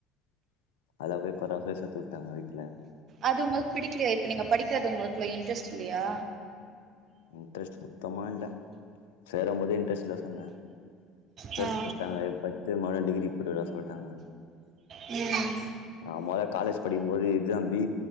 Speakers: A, on the left; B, on the right.
A: <unintelligible>
B: அது உங்களுக்கு பிடிக்கலையா இப்ப நீங்க படிக்கிறது உங்களு ல்ல இன்ட்ரெஸ்ட் இல்லயா
A: இன்ட்ரெஸ்ட் தமாண்ட சேரும் போதே இன்ட்ரெஸ்ட்ல்ல சொன்ன சேத்து
B: ஆ
A: விட்டாங்க இப்ப திருமயு டிகிரி போட்டுக்க டா சொல்றாங்க போயிட்டாங்க
B: ம்
A: நா மொத காலேஜ் படிக்கும்போது இதாம் பி